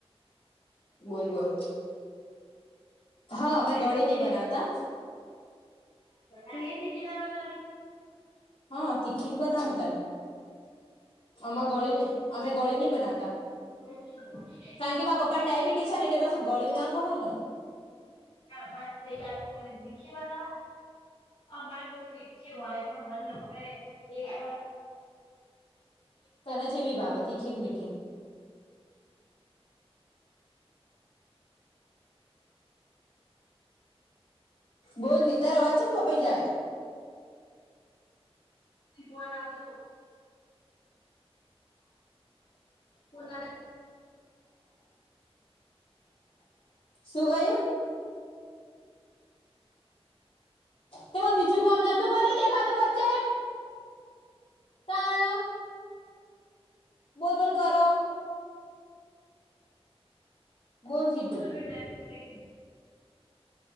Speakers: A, on the left (about 65°); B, on the left (about 80°).
A: બોલ બોલ, હા
B: વઘારેલી
A: અમે ગળી નહી
B: ખ
A: બનાવતા
B: <unintelligible> તું એ તિખી દાળ બનાવી.
A: હા તીખી જ બનાવુ ને તારે, અમે ગળી અમે ગળી નહી બનાવતા.
B: હ,
A: કારણ કે મારા પપ્પા ને ડાયાબિટીસ ને એટલે પાછું ગળીયુ ના ખવાય ને,
B: દાળ-ભાત ની હગાત તમે તીખી બનાવો, અમારે તો મીઠી હોય પણ બને હો એક, <unintelligible>
A: તને કેવી ભાવે તીખી કે મીઠી, બોલ નહી તાર અવાજ કેમ કપાઈ જાયો,
B: ફોન આવતો તો, હ <unintelligible>
A: શું કહયુ? તેમાં બીજું કોમ નતું કરયુ દેખાતું વચ્ચે, તાણ, બોલ બોલ કરો, બોલ કિટુ,
B: <unintelligible>